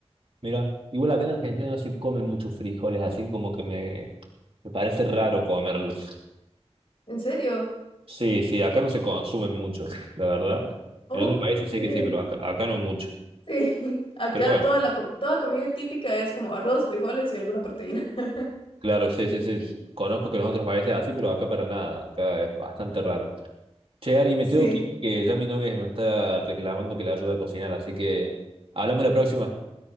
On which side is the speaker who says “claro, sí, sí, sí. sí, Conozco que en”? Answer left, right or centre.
Right